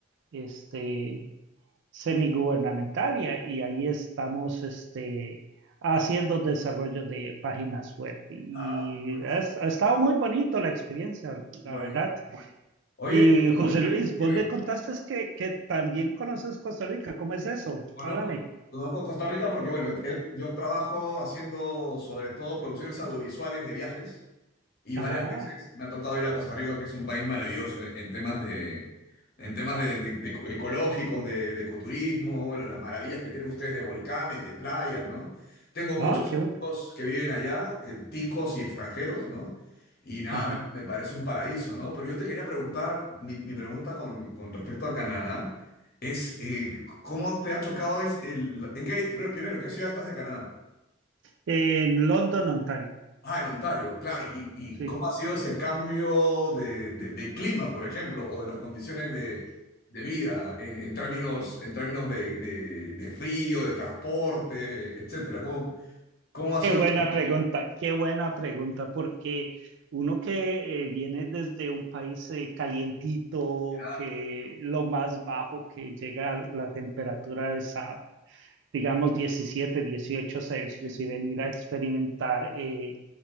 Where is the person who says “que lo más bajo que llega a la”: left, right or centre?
Right